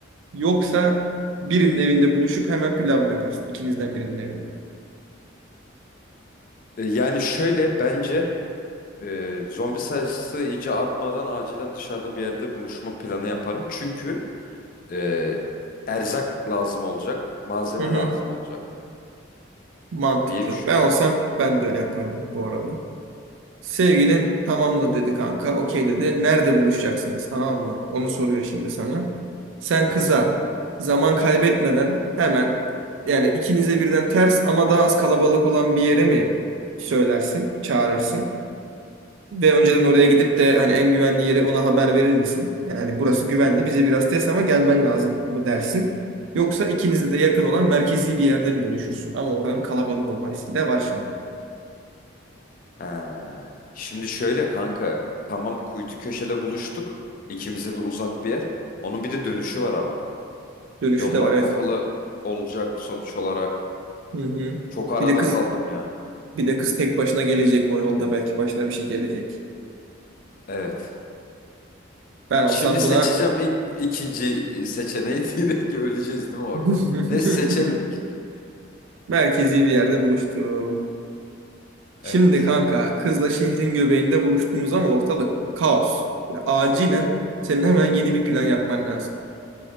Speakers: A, on the right; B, on the left.
A: Yoksa birinin evinde buluşup hemen plan mı yaparsın? İkinizden birinin evinde.
B: E, Yani şöyle bence e, zombi sayısı iyice artmadan acilen dışarıda bir yerde buluşma planı yaparım. Çünkü e, erzak lazım olacak, malzeme
A: Hı hı,
B: lazım olacak
A: mantıklı.
B: diye düşünüyorum.
A: Ben olsam ben de öyle yapardım bu arada. Sevgilin tamamla dedi kanka. Okey dedi. Nerede buluşacaksınız tamam mı? Onu soruyor şimdi sana. Sen
B: Evet.
A: kıza zaman kaybetmeden hemen yani ikinize birden ters ama daha az kalabalık olan bir yere mi söylersin, çağırırsın? Ve önceden oraya gidip de hani en güvenli yere ona haber verir misin? Yani hani burası güvenli bize biraz test ama gelmen lazım mı dersin? Yoksa ikinize
B: Hı hı.
A: de yakın olan merkezi bir yerde mi buluşursun? Ama oranın kalabalık olma riski de var şimdi.
B: Ha. Şimdi şöyle kanka tamam kuytu köşede buluştuk. İkimize de uzak bir yer. Onun bir de dönüşü var ama.
A: Dönüşü
B: Yollar
A: de var evet.
B: kapalı olacak sonuç olarak.
A: Hı hı.
B: Çok arada
A: Bir de kız
B: kaldım ya.
A: Bir de kız tek başına gelecek o yolda belki başına bir şey gelecek.
B: Evet.
A: Ben olsam
B: Şimdi seçeceğim
A: buna
B: ilk, ikinci seçeneği <laughs> direkt öleceğiz değil mi orada?
A: <laughs>
B: Ne seçelim ikinci.
A: merkezi bir yerde buluştum. Şimdi
B: Evet.
A: kanka kızla şehrin göbeğinde buluştunuz ama ortalık kaos. Yani acilen senin hemen yeni bir plan yapman lazım.